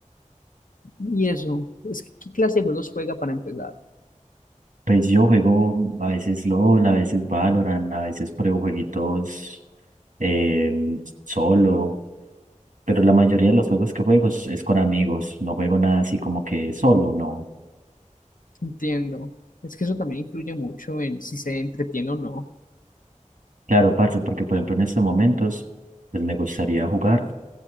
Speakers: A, on the left; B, on the right.
A: Y eso, es que ¿qué clase de juegos juega para empezar?
B: Pues yo juego a veces LOL, a veces Valorant, a veces pruebo jueguitos eh, solo, pero la mayoría de los juegos que juego es es con amigos, no juego nada así como que solo, no.
A: Entiendo. Es que eso también influye mucho en si se entretiene o no.
B: Claro, parce, porque por ejemplo en estos momentos, pues me gustaría jugar,